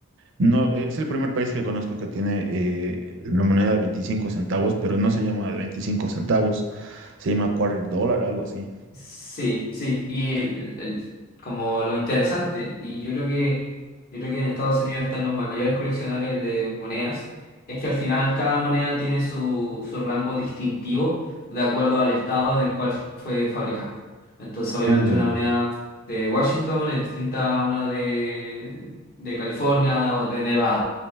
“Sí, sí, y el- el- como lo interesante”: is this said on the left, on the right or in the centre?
Left